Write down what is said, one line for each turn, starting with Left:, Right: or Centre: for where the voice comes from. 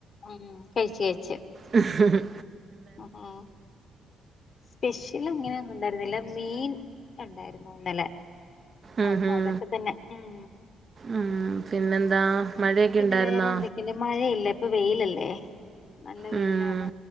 Left: ഉം കഴിച്ച് കഴിച്ചു
Right: ഹ് ഹ് മ്
Left: അആ സ്പെഷ്യൽ അങ്ങനെ ണ്ടായിരുന്നില്ല മീൻ ണ്ടായിരുന്നുന്നലെ
Right: ഉം
Left: അപ്പൊ
Right: ഹും.
Left: അതൊക്കെ തന്നെ ഉം
Right: ഉം, പിന്നെന്താ മഴയൊക്കെ
Left: പിന്നെ
Right: ഉണ്ടായിരുന്നോ
Left: വേറെന്തൊക്കെയണ്ട് മഴയില്ലേ പ്പൊവെയിലല്ലേ നല്ല വെയിലാണ്
Right: ഉം.